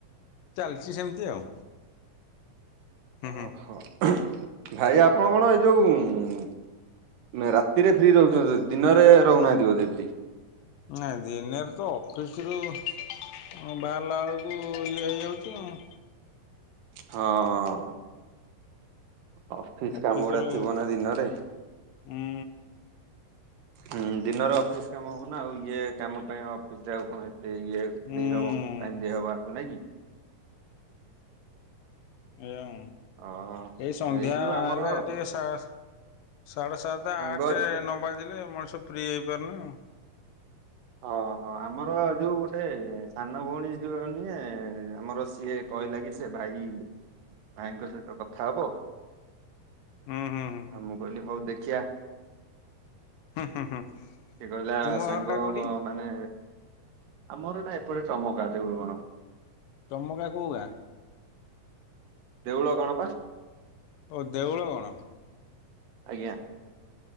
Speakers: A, on the left; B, on the right.
A: ଚାଲିଛି ସେମିତି ଆଉ। ହୁଁ ହୁଁ।
B: ଓହୋ! ଭାଇ ଆପଣ କଣ ଏଇ ଯୋଉଁ ରାତିରେ ଫ୍ରି ରହୁଛନ୍ତି। ଦିନରେ ରହୁନାହାଁନ୍ତି ବୋଧେ ଫ୍ରି।
A: ନା ଦିନେରେ ତ ଅଫିସ ରୁ ହଁ ବାହାରିଲା ଅଳକୁ ଇଏ ହେଇଯାଉଛି ଆଉ।
B: ହଁ-ଅ-ଅଁ। ଅଫିସ
A: ଅଫିସରୁ
B: କାମ ଗୁଡା ଥିବ ନା ଦିନରେ। ହୁଁ,
A: ଉଁ
B: ଦିନର ଅଫିସ କାମ ହବନା। ଆଉ ଇଏ କାମ ପାଇଁ ଅଫିସ ଯାଉ କଣ ଏ ସେ ଇଏ
A: ଉଁ
B: ଦେଇହବ
A: ଏଇଆ
B: ଟାଇମ୍ ଦେଇହବ ଆକୁ ନାଇଁ କି?
A: ହୁଁ,
B: ଓହୋ
A: ଏଇ ସନ୍ଧ୍ୟା ହେଲେ
B: ଯୋଉ ଆମର
A: ଟିକେ ସ ସାଢେ ସାତ
B: ସାଙ୍ଗ
A: ଆଠ
B: ଯେ
A: ନ ବାଜିଲେ, ମଣିଷ ଫ୍ରି ହେଇପାରୁନି ଆଉ।
B: ହଁ। ହଁ, ଆମର ଯୋଉ ଗୋଟେ ସାନ ଭଉଣୀ ଯୋଉ ନିଏ, ଆମର ସିଏ କହିଲା କି ସେ ଭାଇ ଭାଇ ଭାଇଙ୍କ ସହିତ କଥା ହବ।
A: ହୁଁ ହୁଁ ହୁଁ
B: ଆଉ ମୁଁ କହିଲି ହଉ ଦେଖିଆ।
A: ହୁଁ ହୁଁ
B: ସିଏ କହିଲା
A: ତୁମ
B: ସାଙ୍ଗ
A: ଘରଟା କୋଉଠି?
B: ମାନେ ଆମର ଏଟା ଏପଟେ ଟମକା ଦେଉରୁଗଣ।
A: ଟମକା କଉ ଗାଁ?
B: ଦେଉଳଗଣ ପା
A: ଓ ଦେଉଳଗଣ।
B: ଆଜ୍ଞା।